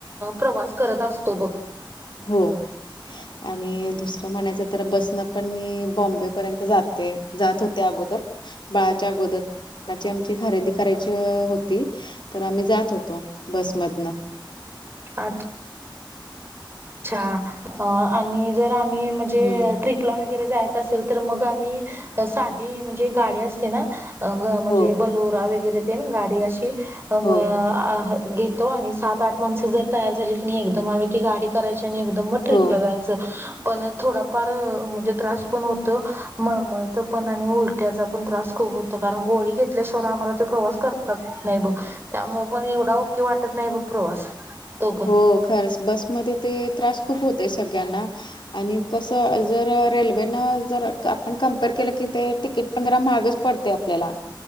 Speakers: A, on the right (about 25°); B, on the left (about 70°).
A: प्रवास करत असतो बघ
B: हो आणि दुसरं म्हणायचं तर बसन पण मी बॉम्बे पर्यंत जाते जात होते अगोदर बाळाच्या अगोदरची आमची खरेदी करायची होती तर आम्ही जात होतो बसमधनं
A: अच्छा अच्छा आणि जर आम्ही म्हणजे
B: हम्म
A: ट्रिप ट्रिपला वगैरे जायचा असेल तर मग आम्ही साधी म्हणजे गाडी असते ना अग म्हणजे
B: हो
A: बलोरा वगैरे ते ना गाडी अशी अम
B: हो
A: अ घेतो आणि सात आठ माणसं जर तयार झाली की नाही एकदम आम्ही ती गाडी करायची आणि एकदम म ट्रिपल
B: हो
A: जायच पण थोडाफार म्हणजे त्रास पण होत मळमळथ पण आणि उलटी त्याचा पण त्रास खूप होतो कारण गोळी घेतल्याशिववर आम्हाला ते प्रवास करतच येत नाही बघ त्यामुळे पण एवढा ओके वाटत नाही बघ प्रवास तो पण
B: हो खरच बसमध्ये ते त्रास खूप होते सगळ्यांना. आणि कसं जर रेल्वेनं जर आपण कम्पेअर केलं की ते तिकीट पण जरा महागच पडते आपल्याला.